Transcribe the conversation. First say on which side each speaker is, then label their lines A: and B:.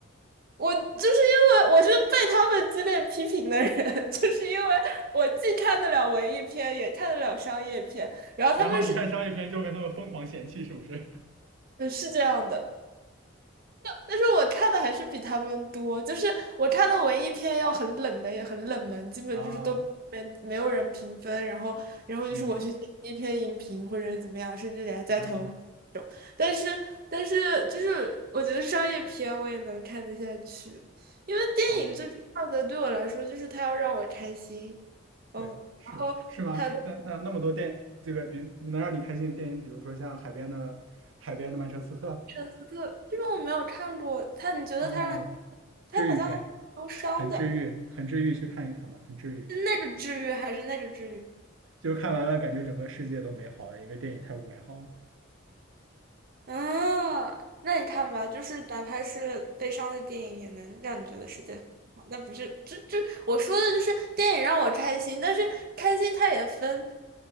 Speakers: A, on the right; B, on the right.
A: 我就是因为我是被他们激烈批评的人，<laughs> 就是因为我既看得了文艺片，也看得了商业片。然后他们是
B: 然后你看商业片就跟他们疯狂嫌弃，是不是？
A: 呃是这样的，但是我看的还是比他们多，就是我看的文艺片要很冷的，也很冷门，基本就是都没没有人评分，
B: <laughs> 啊，
A: 然后然后就是我去写一篇影评或者怎么样，
B: 嗯，
A: 甚至给他加条目。
B: 啊。
A: 但是但是就是我觉得商业片我也能看得下去，因为电影最重要的对我来说就是它要让我开心，
B: 啊，
A: 嗯，
B: 对，是是吗？
A: 然后还有
B: 那那那么多电，这个比能让你开心的电影，比如说像海边的海边的曼彻斯特，
A: 圣斯特这个我没有看过，他你觉得他让你，
B: 嗯，
A: 他好像还挺忧伤的，
B: 治愈片，很治愈，很治愈，去看一看吧，很治愈。
A: 是那个治愈还是那个治愈？
B: 就看完了，感觉整个世界都美好了，因为电影太不美好了。
A: 啊，那你看吧，就是哪怕是悲伤的电影，也能让你觉得世界很好。那不是，这这我说的就是电影让我开心，但是开心它也分